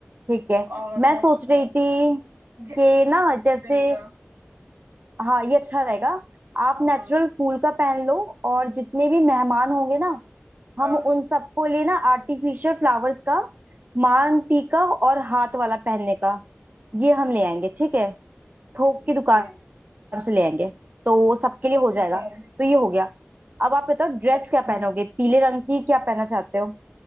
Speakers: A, on the right; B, on the right.
A: ठीक है
B: और
A: मैं
B: अ,
A: सोच रही थी
B: जैस्मिन
A: कि ना जैसे
B: रहेगा
A: हाँ ये अच्छा रहेगा आप
B: हाँ
A: नेचुरल फूल का पहन लो और जितने भी मेहमान होंगे ना हम
B: हाँ
A: उन सबको लिए ना आर्टिफिशियल फ्लावर्स का मान टीका और हाथ वाला पहनने का ये हम ले आएंगे ठीक है थोक
B: ठीक
A: की दुकान
B: है
A: से ले आएंगे तो सबके लिए हो
B: ठीक
A: जाएगा
B: है
A: तो ये हो गया अब आप बताओ ड्रेस
B: अच्छा
A: क्या पहनोगे पीले रंग की क्या पहनना चाहते हो